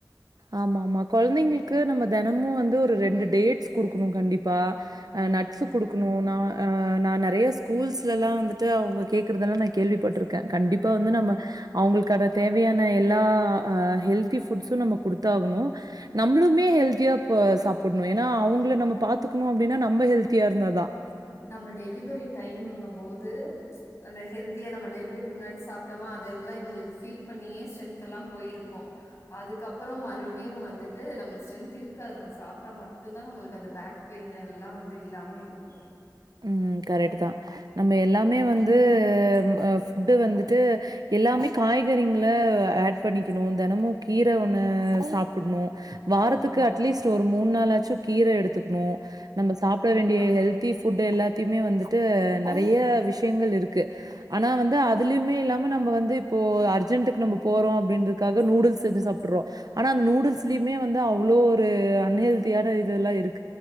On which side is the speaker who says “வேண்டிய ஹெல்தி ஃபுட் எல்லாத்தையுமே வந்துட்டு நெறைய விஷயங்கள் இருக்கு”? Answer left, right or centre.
Right